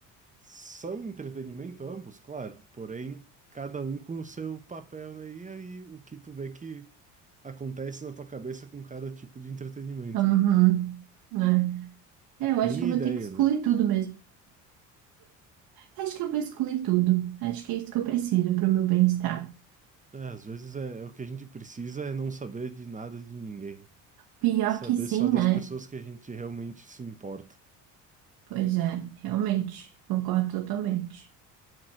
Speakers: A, on the right; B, on the right.
A: são entretenimento ambos, claro, porém cada um com o seu papel, né? E aí o que tu vê que acontece na tua cabeça com cada tipo de entretenimento,
B: Uhum,
A: né?
B: né? É, eu
A: Minha
B: acho que eu
A: ideia,
B: vou ter que excluir
A: né?
B: tudo mesmo. Acho que eu vou excluir tudo. Acho que é isso que eu preciso pro meu bem-estar.
A: É, às vezes é, é o que a gente precisa é não saber de nada de ninguém,
B: Pior
A: saber
B: que sim,
A: só das
B: né?
A: pessoas que a gente realmente se importa,
B: Pois é, realmente. Concordo totalmente.